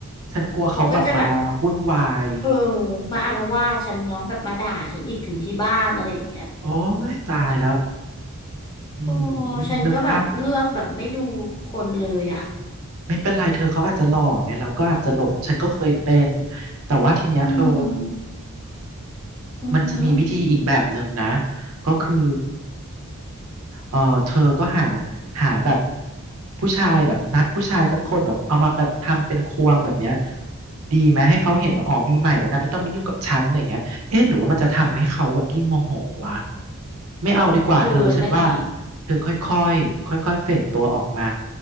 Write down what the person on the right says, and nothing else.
ฉันกลัวเขาแบบมาวุ่นวาย
เออ โอ้ยตายแล้วอืม
นึกภาพ
ไม่เป็นไรเธอเขาอาจจะหลอกไงเราก็อาจจะหลงฉันก็เคยเป็นแต่ว่าทีเนี้ยเธอ
มันจะมีวิธีอีกแบบหนึ่งนะก็คือ เออเธอก็หาหาแบบผู้ชายแบบนัดผู้ชายสักคนแบบเอามาแบบทำเป็นควงแบบเนี้ยดีไหมให้เขาเห็นว่าอ๋อมีใหม่เดี๋ยวนะไม่ต้องไปยุ่งกับฉันอะไรย่างเงี้ยเอ๊ะหรือว่ามันจะทำให้เขาแบบยิ่งโมโหวะไม่เอาดีกว่าเธอฉันว่า
เธอค่อยๆค่อยๆเฟดตัวออกมา